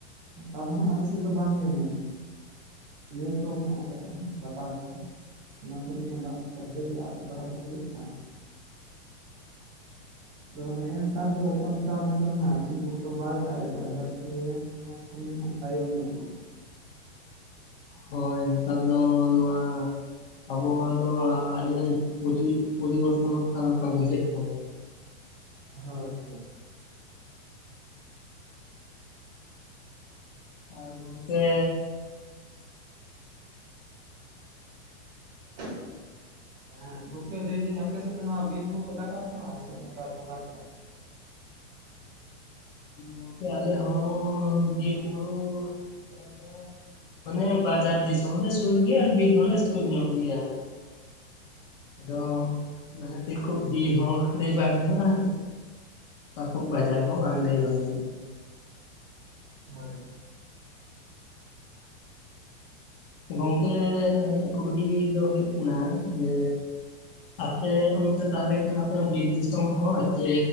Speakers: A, on the right; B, on the left.
A: ᱚᱸᱠᱟ ᱫᱚ ᱱᱷᱟᱜ ᱟᱞᱮᱥᱮᱫ ᱫᱚ ᱵᱟᱝ ᱧᱮᱞ ᱧᱟᱢᱚᱜ, ᱱᱟᱹᱭ ᱠᱚ ᱢᱮᱱᱟᱜ ᱟᱠᱟᱫᱼᱟ, ᱜᱟᱰᱟ ᱠᱚ ᱚᱱᱟ ᱠᱚᱨᱮᱱᱟᱜ ᱫᱟᱜ ᱠᱚᱛᱮ
B: ᱦᱳᱭ
A: ᱜᱮ ᱟᱫ ᱟᱫ ᱵᱟᱲᱟ ᱠᱟᱛᱮ ᱞᱮ ᱪᱟᱥ ᱮᱫ, ᱟᱫᱚ ᱱᱮᱜᱼᱮ ᱱᱮᱛᱟᱨ ᱫᱚ ᱚᱠᱚᱭ ᱚᱸᱠᱟ ᱢᱚᱛᱚᱵ ᱱᱷᱟᱜ ᱴᱷᱤᱠ ᱢᱚᱛᱚ ᱵᱟᱭ ᱫᱟᱜ ᱮᱫᱟ ᱡᱟ ᱯᱷᱚᱲᱮ ᱪᱟᱥ ᱠᱟᱹᱢᱤ ᱱᱷᱟᱜ ᱛᱟᱭᱚᱢ ᱧᱚᱜᱚᱜ
B: ᱦᱳᱭ ᱱᱮᱛᱟᱨ ᱫᱚ ᱱᱚᱣᱟ, ᱟᱵᱚᱭᱟᱜ ᱫᱚ ᱟᱻ ᱟᱹᱰᱤᱜᱟᱱ ᱯᱩᱨᱤ ᱯᱩᱨᱤ ᱵᱚᱨᱛᱚᱱᱚᱜ ᱠᱟᱱ ᱞᱮᱠᱟ ᱵᱩᱡᱷᱟᱹᱜ ᱠᱟᱱᱟ᱾
A: ᱦᱳᱭ ᱦᱚᱭ ᱾
B: ᱟᱨ ᱜᱚᱝᱠᱮ
A: <inaudible> ᱮᱸᱻᱜ ᱜᱚᱝᱠᱮ ᱞᱟᱹᱭ ᱤᱫᱟᱹᱧ ᱟᱯᱮ ᱥᱮᱫ ᱫᱚ ᱱᱚᱣᱟ ᱵᱤᱨ ᱵᱩᱨᱩ ᱤᱞᱟᱠᱟ ᱠᱟᱱᱟ ᱥᱮ ᱱᱚᱝᱠᱟ ᱴᱚᱰᱟᱝ ᱠᱟᱱ?
B: ᱜᱚᱝᱠᱮ ᱟᱞᱮᱦᱚ ᱵᱤᱨ ᱵᱩᱨᱩ ᱮᱞᱟᱠᱟ ᱢᱟᱱᱮ ᱵᱟᱡᱟᱨ ᱫᱤᱥᱚᱢ ᱞᱮ ᱥᱩᱨ ᱜᱮᱭᱟ ᱟᱨ ᱵᱤᱨ ᱦᱚᱞᱮ ᱥᱩᱨ ᱧᱚᱜ ᱜᱮᱭᱟ᱾ ᱟᱫᱚ ᱚᱱᱟ ᱠᱷᱟᱹᱛᱤ ᱠᱚ ᱵᱤᱨ ᱦᱚᱸ ᱞᱟᱹᱭ ᱵᱟᱝ ᱜᱟᱱᱚᱼᱟ ᱚᱠᱟᱠᱚ ᱵᱟᱡᱟᱨ ᱦᱚᱸ ᱞᱟᱹᱭ ᱠᱟᱝ ᱜᱟᱱᱚᱜ ᱾
A: ᱦᱚᱭ ᱾
B: ᱜᱚᱝᱠᱮ ᱟᱞᱤᱧᱟᱜ ᱠᱩᱠᱞᱤ ᱫᱚ ᱦᱩᱭᱩᱜ ᱠᱟᱱᱟ ᱡᱮ ᱟᱯᱮ ᱚᱱᱛᱮ ᱛᱟᱦᱚᱞᱮ ᱠᱷᱟᱱ ᱟᱯᱮ ᱵᱤᱨ ᱫᱤᱥᱚᱢ ᱦᱚᱲ ᱪᱮ